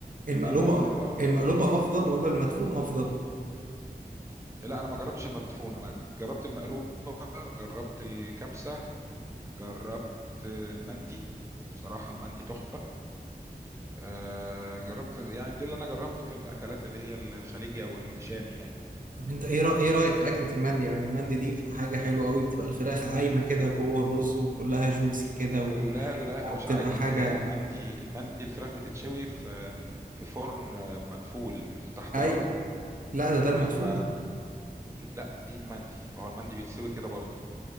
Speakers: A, on the right; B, on the right.
A: المقلوبه
B: دي المقلوبه اه
A: المقلوبه افضل ولا المدفون افضل
B: إيه، لا انا ما جربتش المدفون انا جربت المقلوبه جربت الكبسه جربت المندي بصراحه المندي تحفه آه جربت يعني ده اللي انا جربته في الاكلات اللي هي الخليجي او الشامي يعني
A: طب انت ايه رأ- ايه رايك في اكله المندي يعني المندي دي بتبقى حاجه حلوه قوي بتبقى الفراخ عايمه كده جوه الرز وكلها جوسي كده و-
B: لا لا
A: وبتبقى
B: مش عايمه
A: حاجه
B: ده هي المندي المندي الفراخ بتتشوي في في فرن آه، مقفول في- تحت
A: ايوه
B: الارض
A: لا ده ده المدفون
B: ف لا دي المندي ما هو المندي بيتسوي كده برضو